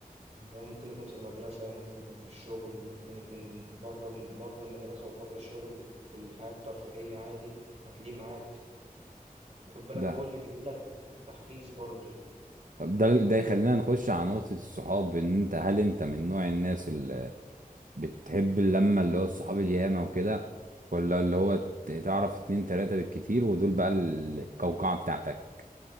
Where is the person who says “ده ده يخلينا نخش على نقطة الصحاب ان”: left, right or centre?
Right